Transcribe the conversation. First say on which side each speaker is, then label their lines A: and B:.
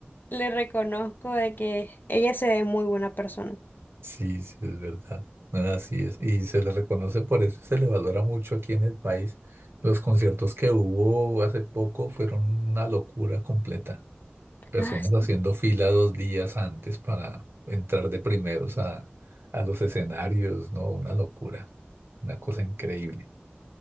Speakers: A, on the left; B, on the right.
A: Le reconozco de que ella se ve muy buena persona.
B: sí, sí, es verdad. Así es. Y se le reconoce por eso, se le valora mucho aquí en el país. Los conciertos que hubo hace poco fueron una locura completa. Personas
A: Ah, sí,
B: haciendo fila dos días antes para entrar de primeros a, a los escenarios, ¿no? Una locura, una cosa increíble.